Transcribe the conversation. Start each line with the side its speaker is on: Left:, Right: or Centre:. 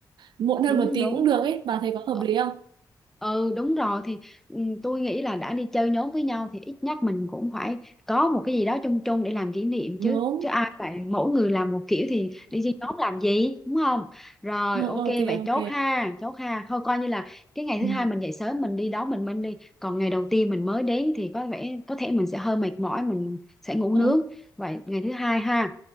Right: muộn hơn
Centre: đúng
Right: một tí
Centre: đúng
Right: cũng được ấy. Bà thấy có
Centre: Ờ,
Right: hợp lý không?
Centre: ừ đúng rồi thì ừ, tôi nghĩ là đã đi chơi nhóm với nhau thì ít nhất mình cũng phải có một cái gì đó chung chung để làm kỷ niệm
Right: Đúng.
Centre: chứ chứ ai vậy mỗi người làm một kiểu thì đi chơi nhóm làm gì đúng không rồi
Right: Ờ,
Centre: ok
Right: Ok
Centre: vậy chốt
Right: ok.
Centre: ha chốt ha thôi coi như là cái ngày thứ
Right: Ừ.
Centre: hai mình dậy sớm mình đi đó mình mình đi còn ngày đầu tiên mình mới đến thì có vẻ có thể mình sẽ hơi mệt mỏi mình sẽ ngủ nướng
Right: Đúng.
Centre: vậy ngày thứ hai ha